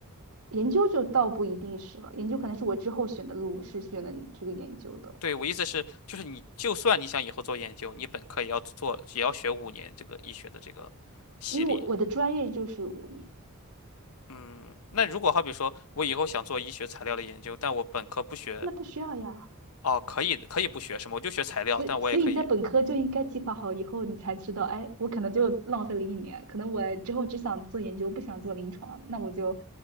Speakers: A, on the right; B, on the left.
A: 研究就倒不一定是了，研究可能是我之后选的路是选的这个研究的，
B: 对，我意思是，就是你就算你想以后做研究，你本科也要做，也要学五年这个医学的这个系列。
A: 因为我我的专业就是五年，
B: 嗯，那如果好比说我以后想做医学材料的研究，但我本科不学，
A: 那不需要呀，
B: 哦，可以可以不学什么，我就学材料，
A: 所以所以你在本科就应该计划好以后，
B: 但我也可以。
A: 你才知道，哎，我可能就浪费了一年，可能我之后只想做研究，不想做临床，那我就